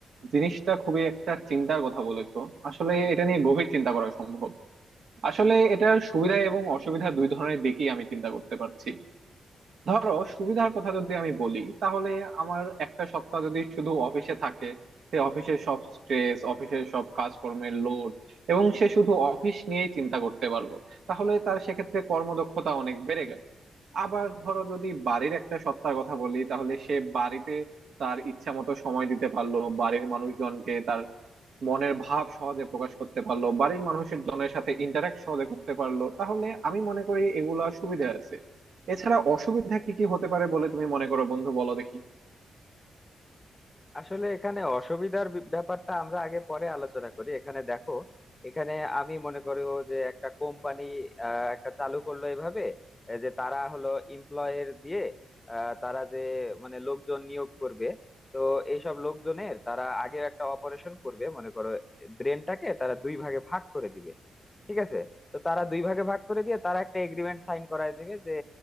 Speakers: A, on the right (about 70°); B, on the left (about 20°).
A: জিনিসটা খুবই একটা চিন্তার কথা বলেছো আসলে এটা নিয়ে গভীর চিন্তা করা সম্ভব আসলে এটার সুবিধা এবং অসুবিধা দুই ধরনের দিকই আমি চিন্তা করতে পারছি ধরো সুবিধার কথা যদি আমি বলি তাহলে আমার একটা সপ্তাহ যদি শুধু অফিসে থাকে সে অফিসের সব স্ট্রেস অফিসের সব কাজকর্মের লোড এবং সে শুধু অফিস নিয়েই চিন্তা করতে পারলো তাহলে তার সেক্ষেত্রে কর্মদক্ষতা অনেক বেড়ে গেল আবার ধরো যদি বাড়ির একটা সত্তার কথা বলি তাহলে সে বাড়িতে তার ইচ্ছা মতো সময় দিতে পারলো বাড়ির মানুষজনকে তার মনের ভাব সহজে প্রকাশ করতে পারলো বাড়ির মানুষের জনের সাথে ইন্টারাক্ট সহজে করতে পারলো তাহলে আমি মনে করি এগুলা সুবিধা আছে এছাড়া অসুবিধা কি কি হতে পারে বলে তুমি মনে করো বন্ধু বলো দেখি
B: আসলে এখানে অসুবিধার বি- ব্যাপারটা আমরা আগে পরে আলোচনা করি এখানে দেখো এখানে আমি মনে করি ও যে একটা কোম্পানি একটা চালু করলো এভাবে আহ, যে তারা হলো এমপ্লয়ের দিয়ে আহ, তারা যে মানে লোকজন নিয়োগ করবে তো এইসব লোকজনের তারা আগে একটা অপারেশন করবে মনে করো ব্রেনটাকে তারা দুই ভাগে ভাগ করে দিবে ঠিক আছে তো তারা দুই ভাগে ভাগ করে দিয়ে তারা একটা এগ্রিমেন্ট সাইন করায় দিবে যে